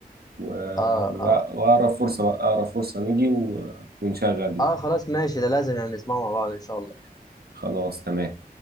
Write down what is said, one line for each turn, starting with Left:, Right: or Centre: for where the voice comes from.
Right: و...
Left: اه
Right: و...
Left: اه
Right: واقرب فرصه بقى اقرب فرصه نيجي و... ونشغل
Left: اه خلاص ماشي ده لازم يعني نسمعه مع بعض ان شاء الله
Right: خلاص تمام